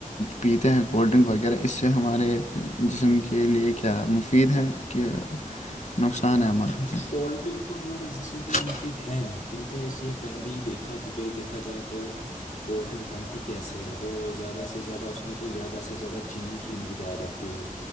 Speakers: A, on the left; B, on the left.
A: پیتے ہیں کولڈ ڈرنک وغیرہ اس سے ہمارے جسم کی کے لیے کیا مفید ہے کہ نقصان ہے ہمارے
B: جی
A: لیے
B: کولڈ ڈرنک تو ہمارے جسم کے لیے مفید ہے نہیں کیونکہ اسے پہلی دیکھاب دیکھا جائے تو کولڈ ڈرنک بنتی کیسے ہے وہ زیادہ سے زیادہ اس میں تو زیادہ سے زیادہ چینی کی مقدار ہے ہے